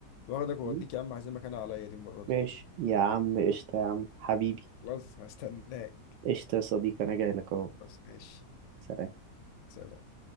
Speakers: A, on the left; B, on the right.
A: واخدك واوديك
B: مم.
A: يا عم عايزين مكان عليا دي المره دي
B: ماشي يا عم قشطه يا عم حبيبي
A: خلاص هستناك
B: قشطه يا صديقي انا جاي لك اهو
A: بس ماشي
B: سلام
A: سلام